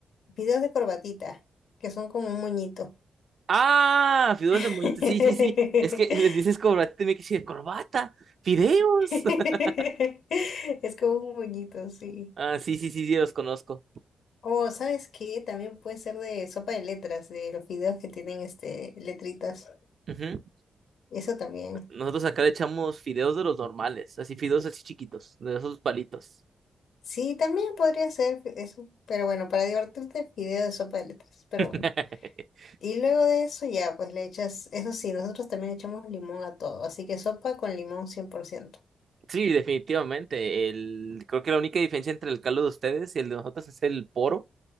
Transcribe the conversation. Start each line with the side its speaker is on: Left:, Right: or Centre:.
Left: Fideos de corbatita, que son como un moñito.
Right: Ah, fideos
Left: <laughs>
Right: de moñito. Sí, sí, sí. Es que les dices corbata y tiene que decir corbata, fideos.
Left: <laughs>
Right: <laughs>
Left: Es como un moñito, sí.
Right: Ah, sí, sí, sí, sí, los conozco.
Left: O, ¿sabes qué? También puede ser de sopa de letras, de los videos que tienen este, letritas.
Right: Ujú.
Left: Eso también.
Right: Nosotros acá le echamos fideos de los normales, así fideos así chiquitos, de esos palitos.
Left: Sí, también podría ser eso. Pero bueno, para divertirte, video de sopa de letras. Pero
Right: <laughs>
Left: bueno. Y luego de eso ya, pues le echas, eso sí, nosotros también echamos limón a todo. Así que sopa con limón 100%.
Right: Sí, definitivamente. El, creo que la única diferencia entre el caldo de ustedes y el de nosotros es el poro.